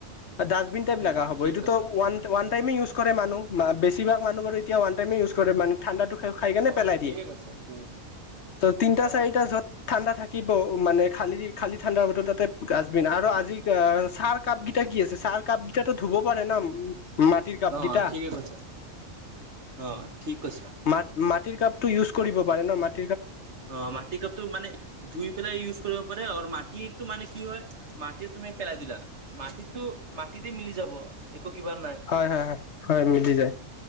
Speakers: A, on the left; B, on the right.
A: ডাষ্টবিন টাইপ
B: উম
A: লগা হ'ব
B: ঠিক
A: এইটো
B: কৈছা
A: ওৱান টাইমে ইউজ কৰে মানুহ বেছিভাগ মানুহ এতিয়া ওৱানটাইমে ইউজ কৰে মান ঠাণ্ডাটো। খাই কেনে
B: অ
A: পেলাই
B: ঠিকে
A: দিয়ে
B: কৈছা ঠিক কৈছা
A: তিনিটা
B: অ
A: চাৰি য'ত ঠাণ্ডা থাকে। থাকিব মানে খালি খালি। ঠাণ্ডা বতৰ তাতে গাষ্টবিনা আৰু আজি চাৰ কাপগেইটা কি আছে চাহ কাপগেইটা ধুব পাৰে ন মাটিৰ কাপগেইটা।
B: অ ঠিকে কৈছা অ ঠিক কৈছা
A: মাট মাটিৰ কাপ। টো ইউজ কৰিব পাৰে ন মাটি
B: অ মাটি কাপতো মানে ধুই পেলাই ইউজ কৰিব পাৰে আৰু ম। মাটটো মানে কি হয় মাটিত তুমি পেলাই দিলা মাটিতটো মাটিতে মিলি যাব। একো কিবা নাই
A: হয় হয় হয় হয় মিলি যায়